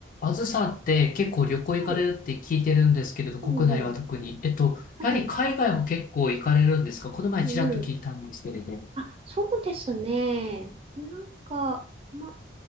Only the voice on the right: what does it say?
はい。
うんうん。
はい。
うんうん。あ、そうですね。なんか、ま、